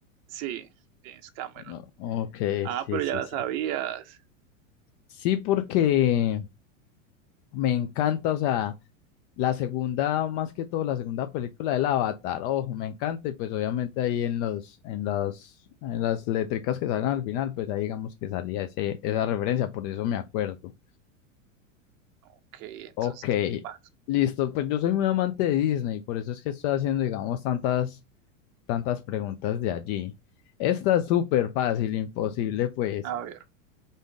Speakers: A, on the right; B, on the left.
A: Sí, James Cameron.
B: No. Ok,
A: Ah,
B: sí,
A: pero
B: sí,
A: ya la
B: sí.
A: sabías.
B: Sí, porque me encanta, o sea, la segunda, más que todo, la segunda película del Avatar, ojo, me encanta, y pues obviamente ahí en los, en las, en las letricas que salen al final, pues ahí digamos que salía ese, esa referencia, por eso me acuerdo.
A: Ok, entonces
B: Ok,
A: vas.
B: listo. Pues yo soy muy amante de Disney, por eso es que estoy haciendo, digamos, tantas, tantas preguntas de allí. Esta es súper fácil, imposible, pues.
A: A ver.